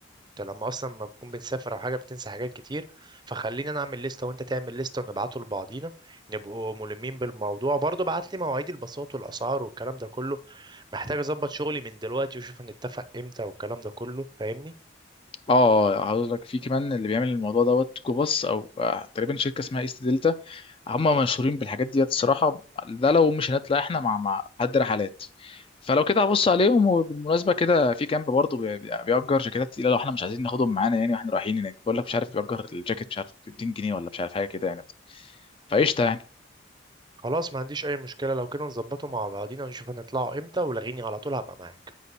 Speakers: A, on the right (about 25°); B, on the left (about 30°).
A: انت لما اصلا ما بنكون بنسافر او حاجة بتنسى حاجات كتير فخليني انا اعمل لستة وانت تعمل لستة ونبعته لبعضينا نبقوا ملمين بالموضوع برضه بعت لي مواعيد الباصات والاسعار والكلام ده كله محتاج اظبط شغلي من دلوقتي واشوف هنتفق امتى والكلام ده كله فاهمني
B: اه هقول لك في كمان اللي بيعمل الموضوع دوت جو باص او آه، تقريبا شركه اسمها ايست دلتا هم مشهورين بالحاجات ديت الصراحه ده لو مش هنطلع احنا مع مع حد رحلات فلو كده هبص عليهم وبالمناسبه كده في كامب برضه بي- بي- بيأجر جاكيتات تقيله لو احنا مش عايزين ناخدهم معانا يعني واحنا رايحين هناك بقول لك مش عارف بيأجر الجاكيت مش عارف ب 200 جنيه ولا مش عارف حاجه كده يعني فقشطه يعني
A: خلاص ما عنديش اي مشكلة لو كده نظبطه مع بعضينا ونشوف هنطلعوا امتى ولغيني على طول هبقى معاك